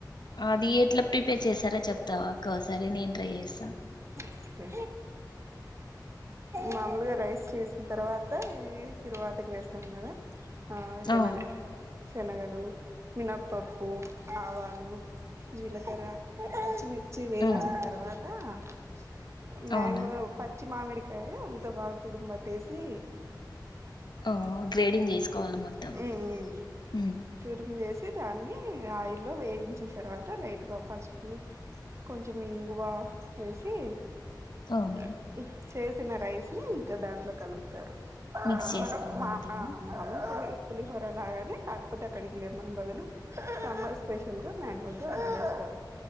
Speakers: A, on the left (about 70°); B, on the right (about 40°).
A: అది ఎట్లా ప్రిపేర్ చేసారో చెప్తావా ఒక్కోసారి నేను ట్రై చేస్తా
B: ఓకే మామూలుగా రైస్ చేసిన తర్వాత ఇవి తిరువాతికి వేస్తాం కదా హా శనగ
A: ఆ
B: శనగలు, మినప్పప్పు, ఆవాలు, జీలకర్ర, పచ్చిమి చ్చి వేయించిన
A: ఉమ్,
B: తర్వాత త <inaudible> మ్యాంగో
A: అవునా
B: ప పచ్చి మామిడికాయ అంత బాగా తుడుము పట్టేసి
A: ఆ గ్రేడింగ్ చేసుకోవాలి మొత్తం
B: తుడు
A: ఉ
B: తురుము చేసి దాన్ని ఆయిల్లో వేయించిన తర్వాత లైట్గా పసుపు కొంచెం ఇంగువ వేసి
A: అవును
B: టి అ చేసిన రైస్ని ఇంకా దాంట్లో కలుపుతారు
A: మిక్స్ చేసుకోవడం
B: మన మా
A: అంతేనా
B: ఆ మ తురుమి పులిహోర లాగానే కాకపోతే అక్కడికి లేమన్ బదులు సమ్మర్ స్పెషల్ గా మ్యాంగో తో అలా చేస్తారు.